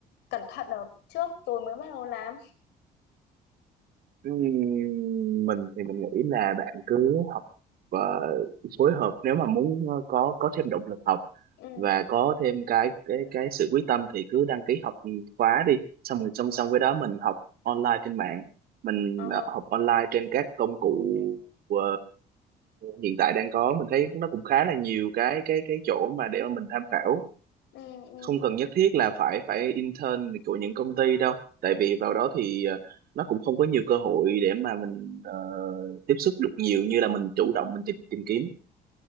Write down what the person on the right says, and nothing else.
Ừm, mình thì mình nghĩ là bạn cứ học ờ, phối hợp nếu mà muốn ờ, có có thêm động lực học
và có thêm cái cái cái sự quyết tâm thì cứ đăng ký học khóa đi xong rồi song song với đó mình học online trên mạng mình
ờ, học online trên các công cụ ờ, hiện tại đang có mình thấy nó cũng khá là nhiều cái cái cái chỗ mà để mà mình tham khảo
không cần nhất thiết là phải phải intern của những công ty đâu tại vì vào đó thì ờ, nó cũng không có nhiều cơ hội để mà mình ờ, tiếp xúc được nhiều như là mình chủ động mình tìm tìm kiếm